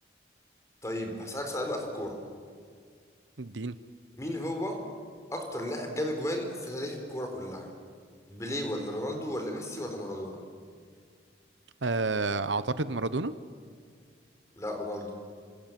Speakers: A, on the left (about 15°); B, on the right (about 90°).
A: طيب هسألك سؤال بقى في الكورة
B: الدين
A: مين هو أكتر لاعب جاب أجوان في تاريخ الكورة كلها بيليه ولا رونالدو ولا ميسي ولا مارادونا
B: آه أعتقد مارادونا
A: لا رونالدو